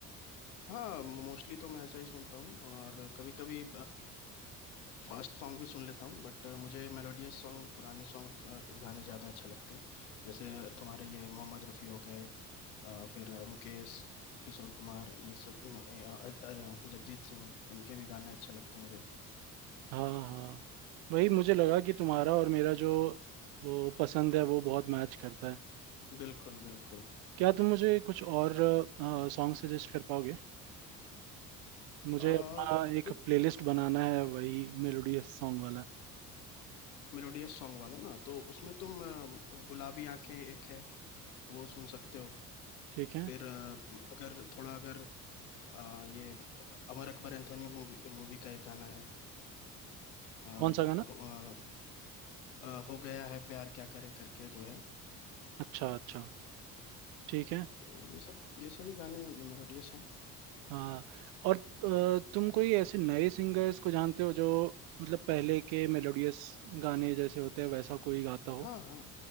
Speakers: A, on the left; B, on the right.
A: हाँ मोस्टली तो मैं ऐसा ही सुनता हूँ और कभी कभी फास्ट सॉन्ग भी सुन लेता हूँ बट मुझे मेलोडियस सॉन्ग पुराने सॉन्ग गाने ज़्यादा अच्छा लगते हैं जैसे तुम्हारे ये मोहम्मद रफ़ी हो गए अ, फिर मुकेश किशोर कुमार ये सब इन अ, अ, अ, जगजीत सिंह इनके भी गाने अच्छे लगते हैं मुझे
B: हाँ हाँ वही मुझे लगा कि तुम्हारा और मेरा जो वो पसंद है वो बहुत मैच करता है
A: बिल्कुल बिल्कुल
B: क्या तुम मुझे कुछ और सॉन्ग सजेस्ट कर पाओगे मुझे
A: आ,
B: अपना एक
A: कुछ
B: प्लेलिस्ट बनाना है वही मेलोडियस सॉन्ग वाला
A: मेलोडियस सॉन्ग वाला ना तो उसमें तुम अ, गुलाबी आंखें एक है वो सुन सकते हो
B: ठीक है
A: फिर अ, अगर थोड़ा अगर आ, ये अमर अकबर एंथोनी मूवी मूवी का एक गाना है आ,
B: कौन सा गाना
A: हो, आ, आ, हो गया है प्यार क्या करें करके जो है
B: अच्छा अच्छा ठीक है
A: तो ये सब ये सभी गाने मेलोडियस हैं
B: हाँ और अ, तुम कोई ऐसे नए सिंगर्स को जानते हो जो मतलब पहले के मेलोडियस गाने जैसे होते हैं वैसा कोई गाता हो
A: हाँ हाँ